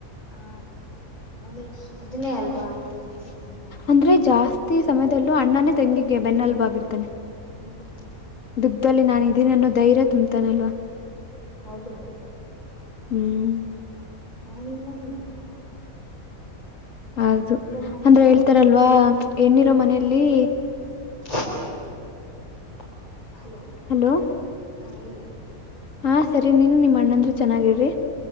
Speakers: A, on the left; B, on the left.
A: ಹಾ ನ ಅದುನ್ನೆ ಅಲ್ವ. <unintelligible>
B: ಅಂದ್ರೆ ಜಾಸ್ತಿ ಸಮಯದಲ್ಲೂ ಅಣ್ಣನೇ ತೆಂಗಿಗೆ ಬೆನ್ನಲುಬಾಗಿರ್ತಾನೆ.
A: <unintelligible>
B: ದುಃಖದಲ್ಲಿ ನಾನು ಇದಿನ ಅನ್ನೋ ಧೈರ್ಯ ತುಂಬ್ತಾನೇ.
A: ಹೌದ ಹೌದು.
B: ಹ್ಮ್
A: ಅವನಿಂದನೇ ಇವತ್ ನಾವು.
B: ಅದು
A: ಇವಾಗ ನಮ್ಮ
B: ಅಂದ್ರೆ
A: ಅಕ್ಕ
B: ಹೇಳ್ತಾರಲ್ವಾ
A: ನಮ್ಮ
B: ಹೇಣ್ಣಿರೋ ಮನೆಯಲ್ಲಿ.
A: <inaudible>
B: ಹಲೋ
A: ಹಾ ಹೇಳಿ
B: ಹಾಂ ಸರಿ ನೀನು ನಿಮ್ಮ ಅಣ್ಣಂದ್ರೆ ಚೆನ್ನಾಗಿರೀ.